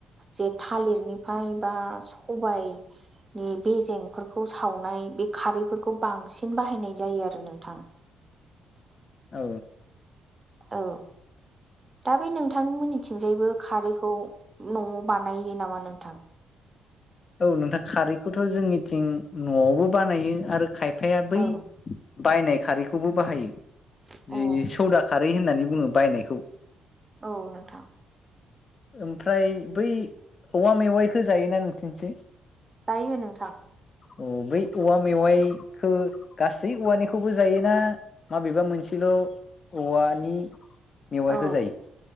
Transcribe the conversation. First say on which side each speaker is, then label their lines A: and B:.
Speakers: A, on the right; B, on the left.
A: जे थालिरनिफ्राय बा सबायाइनि बेेजेंफोरखौ सावनाय बे खारैफोरखौ बांसिन बाहायनाय जायो आरो नोंथां
B: औ
A: औ दा बे नोंथांमोननिथिंजायबो खारैखौ न'आव बानायो नामा नोंथां <inaudible>
B: औ नोंथां खारैखौथ' जोंनिथिं न'आवबो बानायायो आरो खाय फाया बै
A: औ
B: बायनाय खारैखौ बो बाहायो
A: अ
B: जि सौदा खारै होननानै बुङो बायनायखौ
A: औ नोंथां
B: ओमफ्राय बै औवा मेवाइखौ जायोना नोंसिनिखै
A: जायो नोंथां
B: औ बै औवा मेवाइखौ गासै औवानिखौबो जायोना माबेबा मोनसे औवानि मेवाइखौ
A: औ
B: जायो।